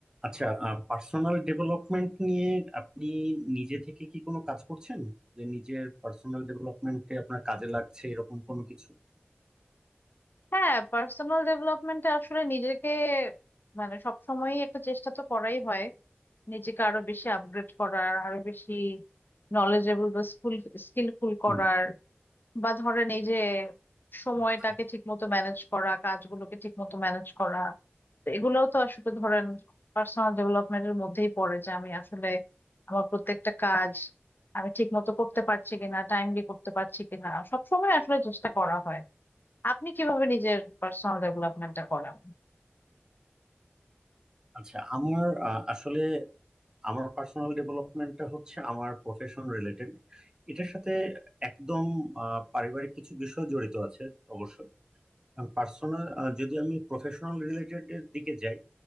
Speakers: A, on the right (about 20°); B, on the left (about 55°).
A: আচ্ছা পার্সোনাল ডেভেলপমেন্ট নিয়ে আপনি নিজে থেকে কি কোনো কাজ করছেন যে নিজের পার্সোনাল ডেভেলপমেন্টে আপনার কাজে লাগছে এরকম কোনো কিছু
B: হ্যাঁ পার্সোনাল ডেভেলপমেন্টে আসলে নিজেকে মানে সব সময়ই একটা চেষ্টা তো করাই হয় নিজেকে আরো বেশি আপগ্রেড করার আরো বেশি নলেজেবল বা স্কিলফুল করার
A: হুম,
B: বা ধরেন এই যে সময়টাকে
A: আচ্ছা
B: ঠিক মতো ম্যানেজ করা কাজগুলোকে ঠিক মতো ম্যানেজ করা তো এগুলোও তো আসলে ধরেন পার্সোনাল ডেভেলপমেন্টের মধ্যেই পড়ে যে আমি আসলে আমার প্রত্যেকটা কাজ আমি ঠিক মতো করতে পারছি কিনা টাইমলি করতে পারছি কিনা সব সময় আসলে চেষ্টা করা হয় আপনি কিভাবে নিজের পার্সোনাল ডেভেলপমেন্টটা করেন
A: আচ্ছা, আমার আহ, আসলে আমার পার্সোনাল ডেভেলপমেন্টটা হচ্ছে আমার প্রফেশন রিলেটেড এটার সাথে একদম আহ, পারিবারিক কিছু বিষয় জড়িত আছে অবশ্য পার্সোনাল যদি আমি প্রফেশনাল রিলেটেড এর দিকে যাই